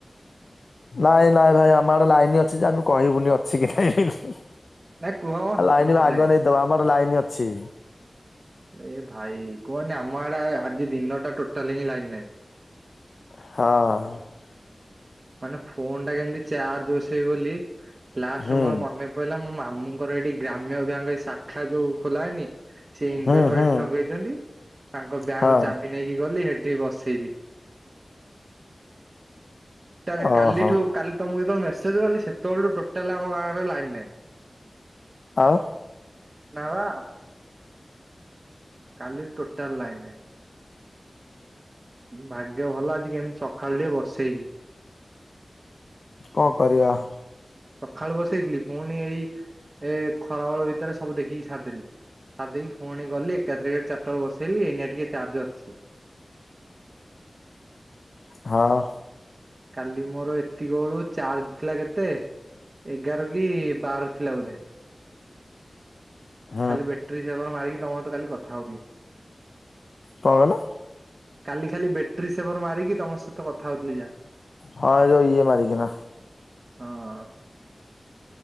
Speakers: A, on the left (about 75°); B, on the right (about 50°).
A: ନାଇଁ ନାଇଁ ଭାଇ ଆମ ଆଡେ ଲାଇନ ଅଛି ଯେ ଆମେ କହିବୁନି ଅଛି କି ନାଇଁ।
B: ନା କୁହ ମ ସତରେ
A: ଲାଇନ
B: ମଜାକ
A: ଆଗ
B: ନାହିଁ।
A: ନେଇଦବା ଆମର ଲାଇନ ଅଛି।
B: ଏ ଭାଇ କୁହନି ଆମ ଆଡା ଆଜି ଦିନଟା ଟୋଟାଲ ହିଁ ଲାଇନ ନାହିଁ।
A: ହଁ।
B: ମାନେ ଫୋନ ଟା କେମିତି ଚାର୍ଜ ବସେଇ ବୋଲି ଲାଷ୍ଟ
A: ହୁଁ।
B: ମୋର ମନେ ପଡିଲା ମୋ ମାମୁଙ୍କର ଏଇଠି ଗ୍ରାମ୍ୟ ବ୍ୟାଙ୍କ ଶାଖା ଯୋଉ ଖୋଲାନି ସେି ଇନଭେଟର
A: ହୁଁ ହୁଁ
B: ସେଠି ଲଗେଇଛନ୍ତି ତାଙ୍କ ବ୍ୟାଙ୍କ
A: ହଁ
B: ଚାବି ନେଇକି ଗଲି ହେଠି ବସେଇଲି। ତାେଲେ
A: ଓହୋ
B: କାଲିଠୁ କାଲି ତମକୁ ଯେତେବେଳେ ମେସେଜ କଲି ସେତେବେଳଠୁ ଟୋଟାଲ ଆମ ଗାଁରେ ଲାଇନ ନାହିଁ।
A: ଆଉ
B: ନବା କାଲି ଟୋଟାଲ ଲାଇନ୍ ନାଇ ଭାଗ୍ୟ ଭଲ ଆଜି କେମିତି ସକାଳୁ ଟିକେ ବସେଇଲି।
A: କଣ କରିବା?
B: ସକାଳୁ ବସେଇଥିଲି ପୁଣି ଏଇ ଏ ଖରାବେଳ ଭିତରେ ସବୁ ଦେଖିକି ସାରିଦେଲି। ସା ଦେଇକି ଫୁଣି ଗଲି ଏକାଥରେ ଚାରିଟା ବଳ ବସେଇଲି ଏଇନଆ ଟିକେ ଚାର୍ଜ ଅଛି।
A: ହଁ।
B: କାଲି ମୋର ଏତିକି ବେଳୁ ଚାର୍ଜ ଥିଲା କେତେ ଏଗାର କି ବାର ଥିଲା ବୋଧେ
A: ହଁ
B: ଖାଲି ବେଟରୀର <unintelligible> ମାରିକି ତମ ସହିତ କାଲି କଥା ହଉ ଥିବି।
A: କଣ କହିଲ?
B: କାଲି ଖାଲି ବ୍ୟାଟେରୀ ସେଭର ମାରିକି ତମ ସହିତ କଥା ହଉଥିଲି ଯାହା।
A: ହଁ ଏ ଯଉ ଇଏ ମାରିକି ନା।
B: ହଁ